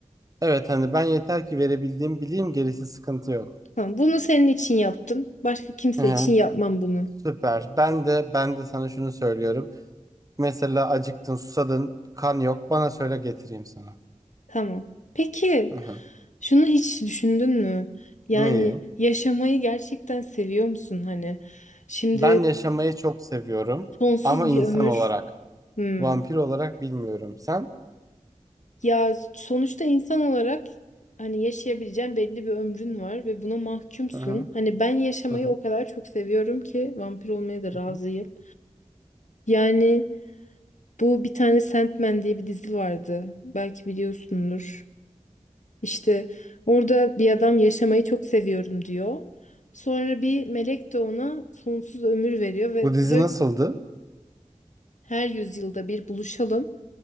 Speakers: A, on the right; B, on the left.
A: Evet hani ben yeter ki verebildiğim bileyim gerisi sıkıntı yok.
B: Tamam, bunu senin için yaptım. Başka kimse
A: Hı hı.
B: için yapmam bunu.
A: Süper. Ben de ben de sana şunu söylüyorum. Mesela acıktın, susadın, kan yok. Bana söyle getireyim sana.
B: Tamam. Peki,
A: Hı hı.
B: şunu hiç düşündün mü? Yani
A: Neyi?
B: yaşamayı gerçekten seviyor musun hani? Şimdi
A: Ben yaşamayı çok seviyorum
B: sonsuz
A: ama
B: bir
A: insan
B: ömür.
A: olarak,
B: Hmm.
A: vampir olarak bilmiyorum. Sen?
B: Ya sonuçta insan olarak hani yaşayabileceğin belli bir ömrün var ve buna mahkumsun.
A: Hı hı.
B: Hani ben yaşamayı
A: Hı hı.
B: o kadar çok seviyorum ki vampir olmaya da
A: Hı
B: razıyım.
A: hı.
B: Yani bu bir tane Sandman diye bir dizi vardı. Belki biliyorsundur. İşte orada bir adam yaşamayı çok seviyorum diyor. Sonra bir melek de ona sonsuz ömür veriyor ve
A: Bu dizi
B: diyor
A: nasıldı?
B: ki, her yüzyılda bir buluşalım